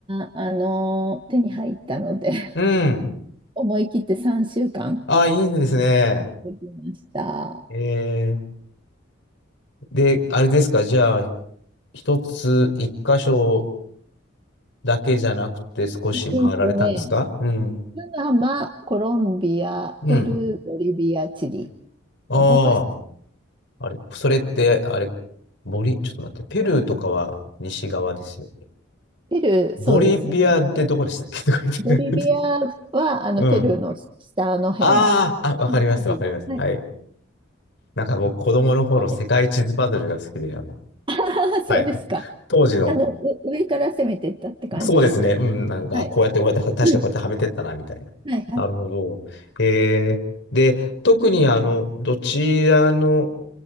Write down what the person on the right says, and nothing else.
が、あの、手に入ったので、<laughs>
思い切って3週間
行ってきました。
ええっとね、パナマ、コロンビア、
ペルー、ボリビア、チリ
と5かし
ペルー、
そうですね。あの、ボリビアは、あの、
ペルーの下の辺。
チリ、
はい。
なんで
<laughs> あーそうですか。
あの、う上から攻めていったって感じです。
はい。
<clears throat>
はい、はい。